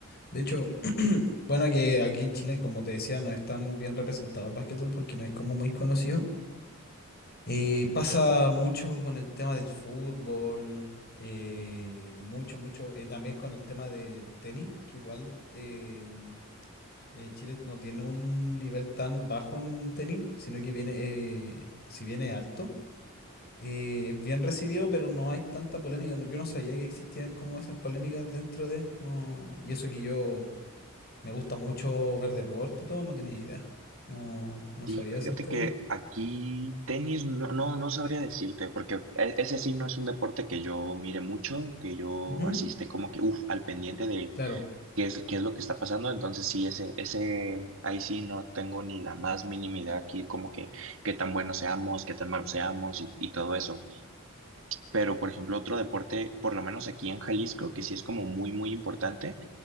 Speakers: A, on the left; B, on the right.
A: De hecho, <clears throat> bueno, que aquí en Chile, como te decía, no es tan bien representado el básquetbol porque no es como muy conocido. Eh, pasa mucho con el tema del fútbol, eh, mucho, mucho. eh, también con el tema de tenis, que igual eh, eh, Chile no tiene un nivel tan bajo en tenis, sino que viene, eh, si viene alto, eh, es bien recibido, pero no hay tanta polémica. no- Yo no sabía que existían como esas polémicas dentro de, no, y eso que yo me gusta mucho ver deporte y todo, no tenía idea. No, no
B: sí,
A: sabía
B: fíjate
A: acerca
B: que
A: de ello.
B: aquí tenis no, no, no sabría decirte, porque e- ese sí no es un deporte que yo mire mucho, que yo
A: Ujú,
B: asiste como que, uff, al pendiente de
A: claro.
B: qué es, qué es lo que está pasando, entonces sí, ese, ese, ahí sí no tengo ni la más mínima idea aquí, como que qué tan buenos seamos, qué tan malos seamos y, y todo eso. Pero, por ejemplo, otro deporte, por lo menos aquí en Jalisco, que sí es como muy, muy importante.